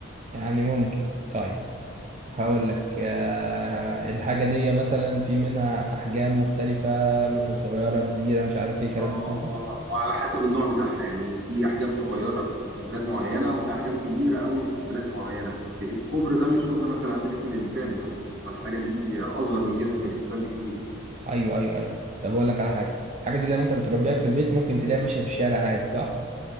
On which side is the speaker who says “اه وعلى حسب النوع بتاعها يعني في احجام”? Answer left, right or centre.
Right